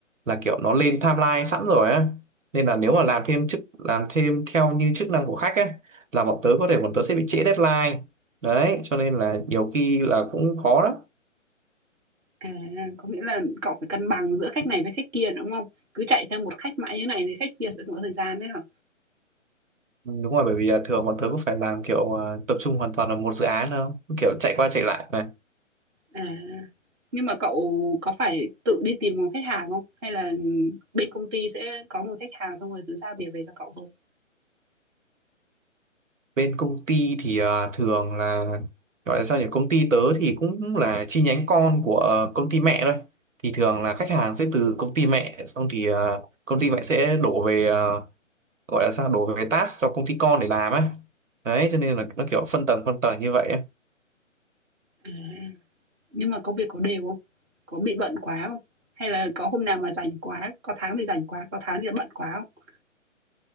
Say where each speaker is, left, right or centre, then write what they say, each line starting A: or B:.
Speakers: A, on the right; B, on the right.
A: là kiểu nó lên timeline sẵn rồi á nên là nếu mà làm thêm chức làm thêm theo như chức năng của khách ấy là bọn tớ có thể bọn tớ sẽ bị trễ deadline đấy cho nên là nhiều khi là cũng khó lắm
B: À, có nghĩa là cậu phải cân bằng giữa khách này với khách kia, đúng không? Cứ chạy theo một khách mãi như này thì khách kia sẽ không có thời gian đấy hả?
A: Ừ, đúng rồi bởi vì là thường bọn tớ cũng phải làm kiểu à, tập trung hoàn toàn vào một dự án đâu kiểu chạy qua chạy lại mà
B: À, nhưng mà cậu có phải tự đi tìm một khách hàng không? Hay là bên công ty sẽ có một khách hàng xong rồi cứ giao việc về cho cậu thôi?
A: bên công ty thì à, thường là gọi là sao nhỉ công ty tớ thì cũng là chi nhánh con của ờ, công ty mẹ thôi thì thường là khách hàng sẽ từ công ty mẹ xong thì ờ, công ty mẹ sẽ đổ về ờ, gọi là sao đối với task cho công ty con để làm á đấy cho nên là nó kiểu phân tầng phân tầng như vậy á.
B: À. Nhưng mà công việc có đều không? Có bị bận quá không? Hay là có hôm nào mà rảnh quá, có tháng thì rảnh quá, có tháng thì bận quá không?